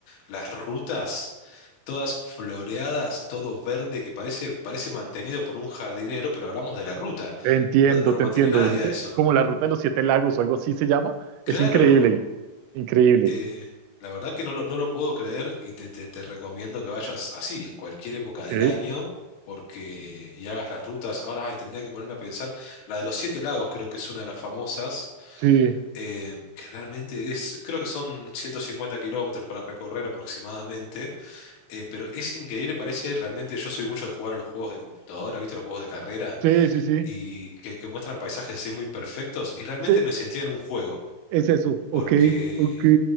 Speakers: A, on the left (about 75°); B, on the right (about 85°).
A: las rutas todas floreadas, todo verde, que parece, parece mantenido por un jardinero, pero hablamos de la ruta,
B: Te entiendo,
A: no, no lo
B: te
A: mantiene
B: entiendo.
A: nadie
B: Es que
A: a eso.
B: como la ruta de los siete lagos o algo así se llama,
A: Claro.
B: es increíble, increíble.
A: Eh, la verdad que no lo, no lo puedo creer y te, te- te recomiendo que vayas así, en cualquier época
B: Ok,
A: del año, porque y hagas las rutas. Ahora, ay, tendría que ponerme a pensar, la de los Siete Lagos creo que es una de las famosas,
B: sí,
A: eh, que realmente es, creo que son 150 kilómetros para recorrer aproximadamente, eh, pero es increíble, parece realmente, yo soy mucho de jugar a los juegos de computadora, ¿viste? Los juegos de carrera,
B: sí, sí, sí,
A: y que, que muestran paisajes así muy perfectos, y realmente
B: sí,
A: me sentía en un juego.
B: es eso. Ok,
A: Porque
B: ok.